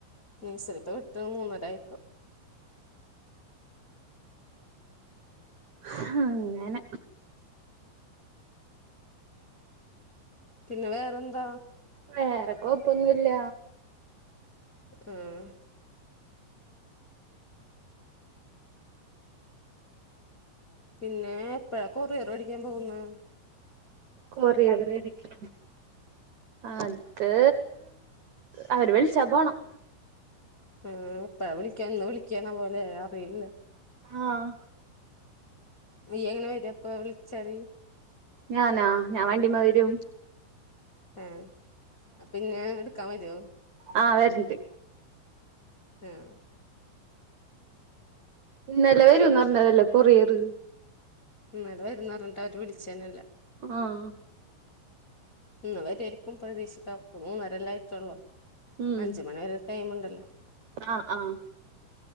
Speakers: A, on the left; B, on the right.
A: നയ്സറിത്ത്‌ വിട്ട് മൂന്നരായപ്പൊ
B: ഹാ അങ്ങെനെ.
A: പിന്നെ വേറെന്താ?
B: വേറെ കൊഴപ്പൊന്നുല്ല.
A: ആഹ് പിന്നെ എപ്പഴാ കൊറിയറ് വേടിക്കാൻ പോവുന്നെ?
B: കൊറിയറ് മേടിക്കാൻ. അത് അവര് വിളിച്ചാ പോണം.
A: ഉം ഇപ്പ വിളിക്കാ ഇന്ന് വിളിക്കാണാവലേ അറിയില്ല.
B: ആഹ്
A: നീയെങ്ങനെ വെരപ്പ വിൾച്ചാല്?
B: ഞാനാ ഞാൻ വണ്ടിമ്മെ വരും.
A: ആഹ് അപ്പന്നെ ഇട്ക്കാൻ വരോ?
B: ആ വരണ്ട്
A: ആഹ് -
B: ഇന്നലെ വരുംന്നർഞ്ഞതല്ലേ കൊറിയറ്.
A: ഇന്നല്ലെ വരുന്നറഞ്ഞിട്ടവര് വിളിച്ചെന്നെല്ല.
B: ആഹ്
A: ഇന്ന് വരുവായിരിക്കും പ്രതീക്ഷിക്കാം പ്പൊ മൂന്നരല്ലായിട്ടൊള്ളു.
B: ഉം
A: അഞ്ച്മണി വരെ ടൈമ്ണ്ടല്ലോ?
B: ആഹ് ആഹ്